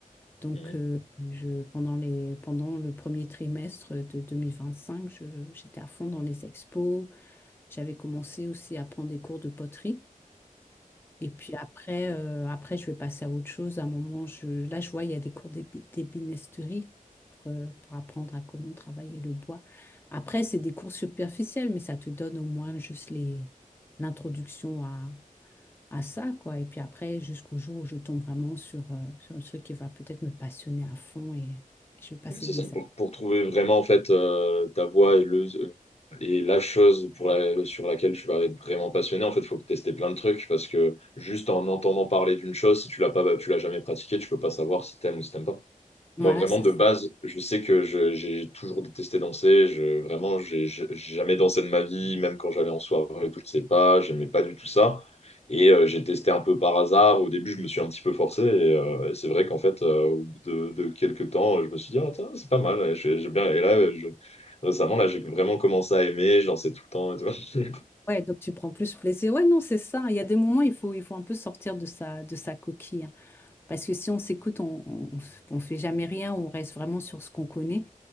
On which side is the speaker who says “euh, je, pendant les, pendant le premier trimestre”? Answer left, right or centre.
Left